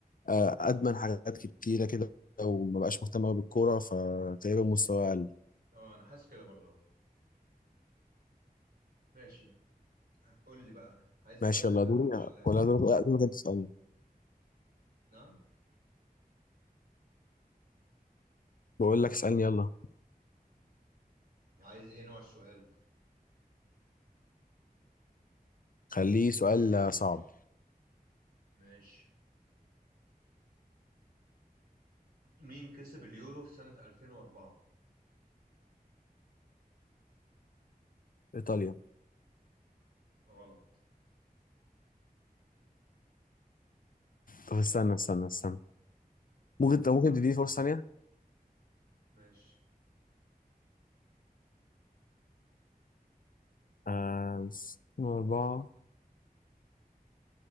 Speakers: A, on the left; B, on the right.
A: آه، ادمن حاجات كتيرة كده وما بقاش مهتم أوي بالكورة فتقريبا مستواه اقل
B: اه انا حاسس كده برضه آه. ماشي قول لي بقى عايز
A: ماشي
B: سؤال
A: يلا
B: سهل
A: دوري
B: ولا
A: ولا دوري لا، دوري انت تسألني
B: نعم
A: بقول لك اسألني يلا
B: عايز ايه نوع السؤال
A: خليه سؤال آه، صعب
B: ماشي مين كسب اليورو في سنة 2004
A: ايطاليا
B: غلط
A: طب استنى استنى استنى ممكن طب ممكن تديني فرصة ثانية
B: ماشي
A: آه، أربعة